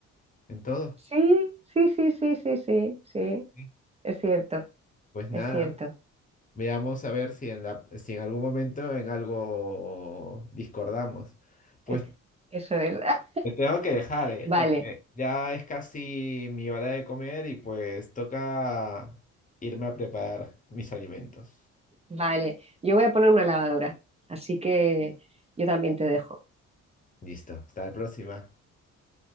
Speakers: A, on the left; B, on the right.
A: en todo.
B: Sí, sí, sí, sí, sí, sí, sí,
A: Sí.
B: es cierto,
A: Pues nada,
B: es cierto.
A: veamos a ver si en la, si en algún momento en algo discordamos. Pues
B: Es- Eso es. <laughs>
A: Te tengo que dejar, ¿eh?
B: Vale,
A: Porque ya es casi mi hora de comer y pues toca irme a preparar mis alimentos.
B: vale. Yo voy a poner una lavadora, así que yo también te dejo.
A: Listo, hasta la próxima.